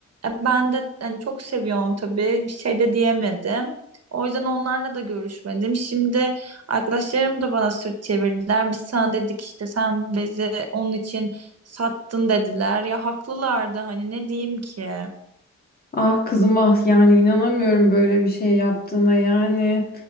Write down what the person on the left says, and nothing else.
Ah kızım ah yani inanamıyorum böyle bir şey yaptığına yani.